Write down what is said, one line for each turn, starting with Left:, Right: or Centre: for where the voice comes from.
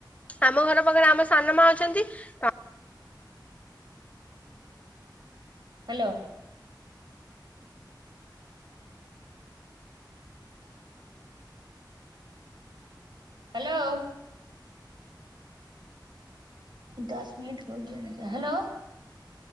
Left: ଆମ ଘର ପାଖରେ ଆମ ସାନ ମା ଅଛନ୍ତି ତ
Right: ହ୍ୟାଲୋ। ହାଲୋ। ଦଶ ମିନିଟ ହଉ ଯୁଆଡେ ଯା ହ୍ୟାଲୋ।